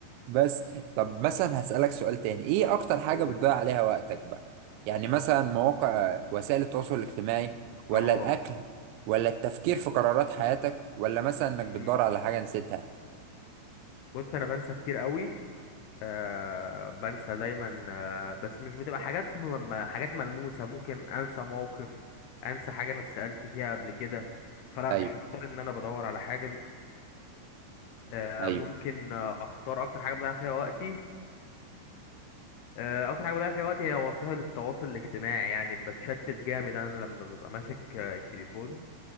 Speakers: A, on the right; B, on the left.
A: بس طب مثلا هسألك سؤال تاني ايه اكتر حاجة
B: قول
A: بتضيع عليها وقتك بقى يعني مثلا مواقع وسائل التواصل الاجتماعي ولا
B: اه
A: الاكل ولا التفكير في قرارات حياتك ولا مثلا
B: مم.
A: انك بتدور على حاجة نسيتها
B: بص انا بنسى كتير قوي آه بنسى دايما آه بس مش بتبقى حاجات م- م- حاجات ملموسة ممكن انسى موقف انسى حاجة انا اتسألت فيها قبل كده فلا
A: ايوه
B: مش هختار ان انا بدور على حاجة دي آه
A: ايوه
B: ممكن آه، اختار اكتر حاجة بضيع فيها وقتي آه، اكتر حاجه بضيع فيها وقتي هي وسائل التواصل الاجتماعي يعني بتشتت جامد انا لما ببقى ماسك آه، التليفون